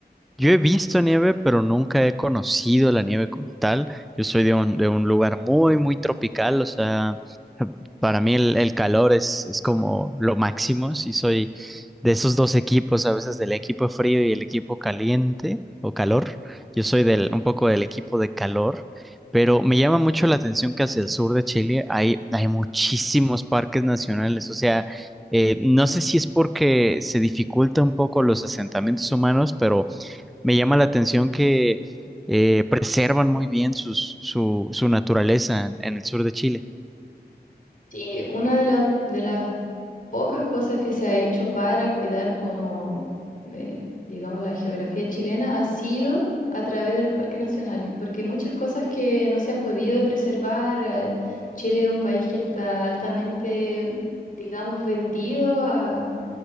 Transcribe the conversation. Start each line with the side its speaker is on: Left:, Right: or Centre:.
Centre: Yo he visto nieve, pero nunca he conocido la nieve como tal. Yo soy de un, de un lugar muy, muy tropical, o sea. Para mí el, el calor es, es como lo máximo. Si soy de esos dos equipos, a veces del equipo frío y el equipo caliente o calor, yo soy del, un poco del equipo de calor, pero me llama mucho la atención que hacia el sur de Chile hay, hay muchísimos parques nacionales. O sea, eh, no sé si es porque se dificulta un poco los asentamientos humanos, pero me llama la atención que eh, preservan muy bien sus- su, su naturaleza en el sur de Chile.
Left: Sí, una de las, de las pocas cosas que se ha hecho para cuidar como, eh, digamos, la geografía chilena ha sido a través de los parques nacionales, porque hay muchas cosas que no se ha podido preservar. eh, Chile es un país que está altamente, digamos, vendido a